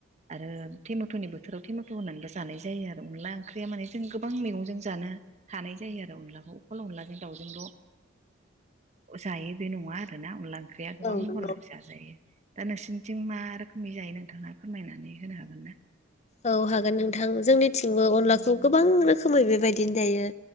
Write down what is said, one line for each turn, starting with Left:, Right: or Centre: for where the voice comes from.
Right: आरो थमेट'नि बोथोराव टेमेट' होननानैबो जानाय जायो आरो अनला ओंख्रिया माने जों गोबां मैगंजों जानो हानाय जायो आरो अनलाखौ अखल अनलाजों दाउजोंल' जायो। बे नङा आरोना अनला ओंख्रिया गोबां
Left: औ
Right: महर
Left: नंगौ
Right: फिसा जायो दा नोंसिोरनिथिं मा रोखोमनि जायो नोंथाङा फोरमायनानै होनो हागोनना।
Left: औ हागोन नोंथां जोंनिथिंबो अनलाखौ गोबां रोखोमै बेबायदिनो जायो।